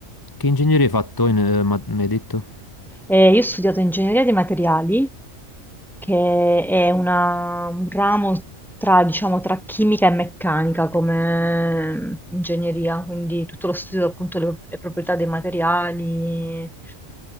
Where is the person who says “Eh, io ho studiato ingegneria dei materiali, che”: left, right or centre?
Centre